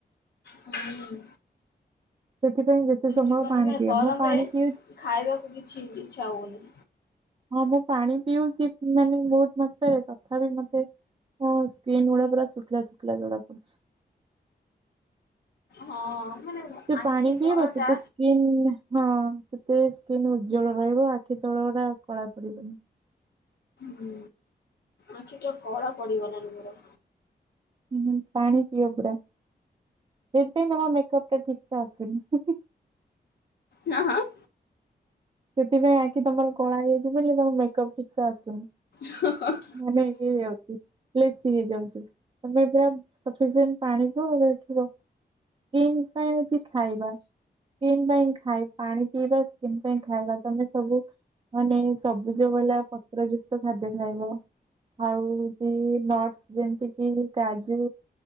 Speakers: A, on the left; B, on the right.
A: ହୁଁ।
B: ସେଥିପାଇଁ ଯେତେ ସମୟ
A: ଜୀବନ
B: ପାଣି
A: ମାନେ
B: ପିଅ
A: ଗରମରେ
B: ମୁଁ ପାଣି ପିଉଛି
A: ଖାଇବାକୁ କିଛି ଇଛା ହଉନି।
B: ହଁ ମୁଁ ପାଣି ପିଉଛି ମାନେ ବହୁତ ମାତ୍ରାରେ ତଥାପି ମତେ ହଁ ସ୍କିନ୍ ଗୁଡା ପୁରା ଶୁଖିଲା ଶୁଖିଲା ଜଣା ପଡୁଛି।
A: ହଁ ମାନେ
B: ସେ
A: ଆଖି
B: ପାଣି ପିଇବ
A: ତଳଟା
B: ସେ ସ୍ ହଁ ତତେ ସ୍କିନ୍ ଉଜ୍ଜଳ ରହିବ ଆଖି ତଳ ଦାଗଟା କଳା ପଡିବନି।
A: ହୁଁ ଆଖି ତଳ କଳା ପଡିବ ନା ମୋର।
B: ହୁ ପାଣି ପିଅ ପୁରା ସେଥିପାଇଁ ତ ମେକପଟା ଠିକ ସେ ଆସୁନି।
A: ହାଁ ହାଁ।
B: ସେଥିପାଇଁ ଆଖି ତମର କଳା ହେଇଥିବ ବୋଲି ତେ ମେକଅପ ଠିକସେ ଆସୁନି।
A: ହ ହ
B: ମାନେ ହେଇ ହେଇ ଯାଉଛି। ବେଶୀ ହେଇଯାଉଛି ତମେ ପୁରା ସଫିସେଣ୍ଟ ପାଣି ପିଅ ଦେଖିବ? ସ୍କିନ ପାଇଁ ଅଛି ଖାଇବା। ସ୍କିନ ପାଇଁ ଖାଇ ପାଣି ପିଇବା ସ୍କିନ ପାଇଁ ଖାଇବା ତମେ ସବୁ ମାନେ ସବୁଜ ବଲା ପତ୍ର ଯୁକ୍ତ ଖାଦ୍ୟ ଖାଇବ? ଆଉ ନଟସ ଯେମିତି କି କାଜୁ